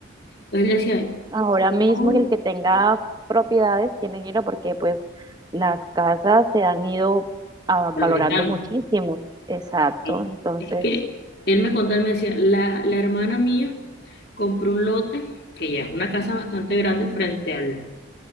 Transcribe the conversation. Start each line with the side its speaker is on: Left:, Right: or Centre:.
Left: Entonces él decía,
Right: Ahora mismo
Left: no,
Right: el que tenga propiedades tiene dinero porque pues las casas se han ido ah, valorando
Left: valorizando.
Right: muchísimo. Exacto,
Left: ¿sí?
Right: entonces,
Left: Es que él me contó, él me decía, la, la hermana mía compró un lote, que ya es una casa bastante grande frente al,